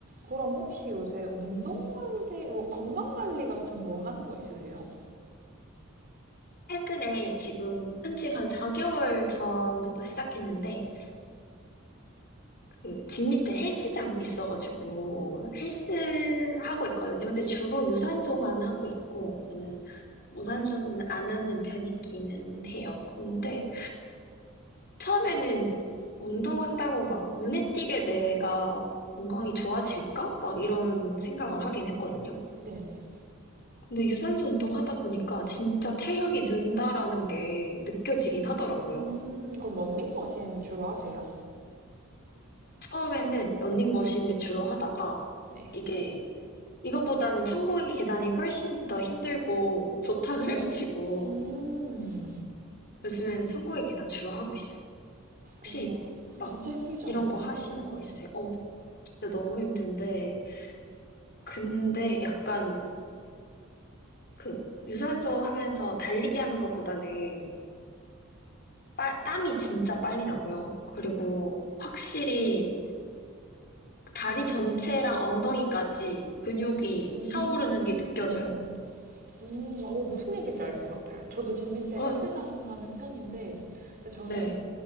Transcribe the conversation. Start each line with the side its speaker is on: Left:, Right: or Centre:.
Right: 그럼 혹시 요새 운동 관리, 뭐 건강 관리 같은 거 하는 거 있으세요?
Left: 최근에 지금 한지 한 4개월 전부터 시작했는데, 그, 집 밑에 헬스장 있어가지고, 헬스 하고 있거든요. 근데 주로 유산소만 하고 있고, 저는 무산소는 안 하는 편이기는 해요. 근데 처음에는 운동한다고 막 눈에 띄게 내가 건강이 좋아질까? 막 이런 생각을 하긴 했거든요.
Right: 네네.
Left: 근데 유산소 운동하다 보니까 진짜 체력이 는다라는 게 느껴지긴 하더라고요.
Right: 음, 그럼 런닝머신 주로 하세요?
Left: 처음에는 러닝머신을 주로 하다가
Right: 네.
Left: 이게 이거보다는 천국의 계단이 훨씬 더 힘들고 좋다 그래가지고
Right: 음,
Left: 요즘에는 천국의 계단 주로 하고 있어요. 혹시
Right: 우와. 그거
Left: 막
Right: 진짜 힘들지
Left: 이런
Right: 않아요?
Left: 거 하시는
Right: 손목에서?
Left: 거 있으세요? 어우, 진짜 너무 힘든데 근데 약간 그 유산소 하면서 달리기 하는 것보다는 빠- 땀이 진짜 빨리 나고요. 그리고 확실히 다리 전체랑 엉덩이까지 근육이
Right: 음,
Left: 차오르는 게 느껴져요.
Right: 음, 어, 무슨 얘기인지 알 것 같아요. 저도 집 밑에
Left: 어,
Right: 헬스장 가는 편인데, 근데 저는
Left: 네.